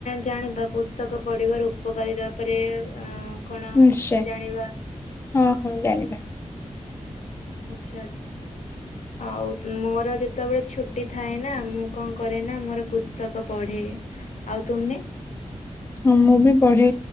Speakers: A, on the left (about 70°); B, on the left (about 20°).
A: ଜାଣିବା ପୁସ୍ତକ ପଢିବାର ଉପକାରିତା ପରେରେ ଅ କଣ?
B: ନିଶ୍ଚୟ
A: ଜାଣିବା।
B: ହଁ ହଁ ଜାଣିବା।
A: ଆଚ୍ଛା ଆଉ ମୋର ଯେତେବେଳେ ଛୁଟି ଥାଏ ନା ମୁଁ କଣ କରେ ନା ମୋର ପୁସ୍ତକ ପଢ଼େ ଆଉ ତୁମେ?
B: ହଁ ମୁଁ ବି ପଢେ